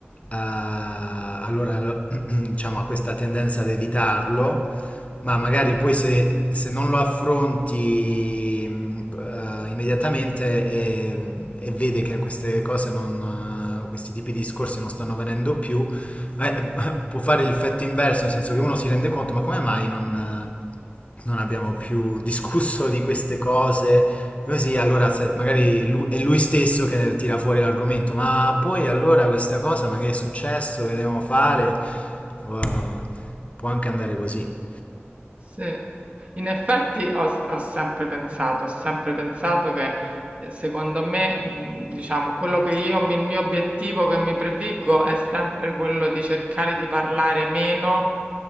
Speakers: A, on the left; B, on the right.
A: eh, allora lo- <clears throat> diciamo, ha questa tendenza ad evitarlo ma magari poi se, se non lo affronti mh, eh, immediatamente e, e vede che queste cose non, eh, questi tipi di discorsi non stanno venendo più, eh, <laughs> può fare l'effetto inverso, nel senso che uno si rende conto, ma come mai non, eh, non abbiamo più discusso di queste cose? Così allora se- magari lu- è lui stesso che ne tira fuori l'argomento, ma poi allora questa cosa, ma che è successo, che dobbiamo fare? Può può anche andare così.
B: Sì. In effetti ho, ho sempre pensato, ho sempre pensato che eh, secondo me, mh, diciamo, quello che io, mi- il mio obiettivo che mi prefiggo è sempre quello di cercare di parlare meno